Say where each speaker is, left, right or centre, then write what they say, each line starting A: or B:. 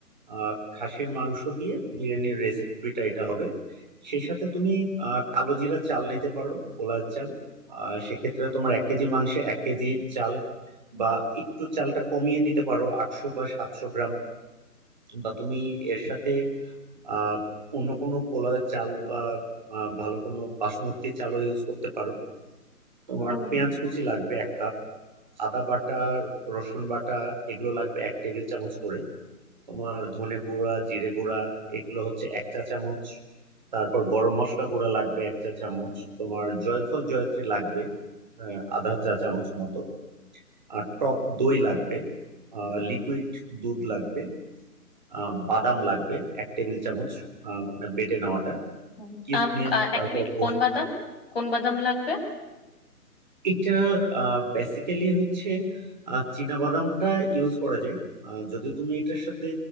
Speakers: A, on the right (about 30°); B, on the left (about 40°).
A: আহ, খাসির মাংস দিয়ে বিরিয়ানির রেসিপিটা এটা হবে সেই সাথে তুমি আহ, কালো জিরা চাল নিতে পারো কলার চাল আর সেক্ষেত্রে তোমার এক কেজি মাংসে এক কেজি চাল বা একটু চালটা কমিয়ে নিতে পারো আটশো বা সাতশো গ্রাম বা তুমি এর সাথে আহ অন্য কোনো পোলার চাল বা আহ, ভালো কোনো বাসমতি চালও ইউজ করতে পারো তোমার
B: হুম,
A: পেঁয়াজ কুচি লাগবে এক কাপ আদা বাটা রসুন বাটা এগুলো লাগবে এক টেবিল চামচ করে তোমার ধনে গুঁড়া জিরে গুঁড়া এগুলো হচ্ছে এক চা চামচ তারপর গরম মশলা গুঁড়া লাগবে এক চা চামচ তোমার জয়ফল জয়ত্রী লাগবে আহ, আধা চা চামচ মতো আর
B: হুম,
A: টক দই লাগবে লিকুইড দুধ লাগবে আহ, বাদাম লাগবে এক টেবিল চামচ আহ, মানে বেটে নেওয়াটা
B: হুম।
A: কিসমিস
B: আম আ,
A: তারপর
B: এক মিনিট
A: পোস্ত
B: কোন বাদাম কোন বাদাম লাগবে
A: এটা বেসিক্যালি হচ্ছে আহ, চীনা বাদামটা ইউজ করা যায় আহ, যদি তুমি এটার সাথে